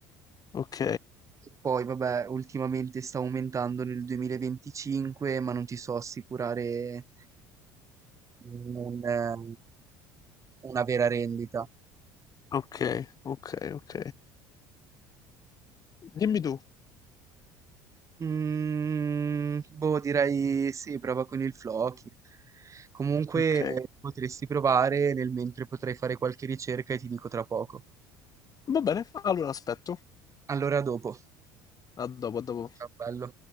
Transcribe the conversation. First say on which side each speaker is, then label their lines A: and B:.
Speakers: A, on the left (about 40°); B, on the right (about 35°).
A: ok,
B: Poi, vabbè, ultimamente sta aumentando nel 2025, ma non ti so assicurare un, eh, una vera rendita.
A: ok, ok, ok. Dimmi tu.
B: Mm, boh, direi sì, prova con il Floki. Comunque
A: Ok.
B: potresti provare nel mentre potrai fare qualche ricerca e ti dico tra poco.
A: Va bene, allora aspetto.
B: Allora, a dopo.
A: A dopo, a dopo.
B: Ciao, bello.